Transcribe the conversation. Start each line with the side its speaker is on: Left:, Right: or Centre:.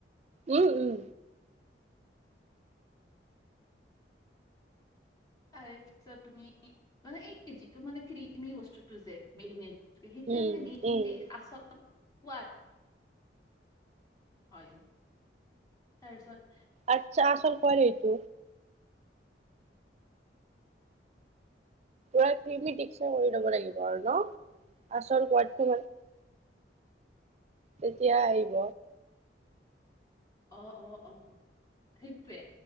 Right: উম উম
Left: তাৰে পিছত তুমি মানে এই যিটো মানে ক্ৰিমি বস্তুতটো যে মেৰিনেত সেইটোৱে
Right: উম,
Left: মানে মেইনটি
Right: উম।
Left: আচল সোৱাদ হয় তাৰ পাছত
Right: আচ্ছা আচল সোৱাদ সেইটো পুৰা কিৰমি টিকচাৰ কৰি লব লাগিব আৰু ন আচল সোৱাদটো মানে তেতিয়া আহিব।
Left: অ', - অ ',- অ ', সেইটোৱে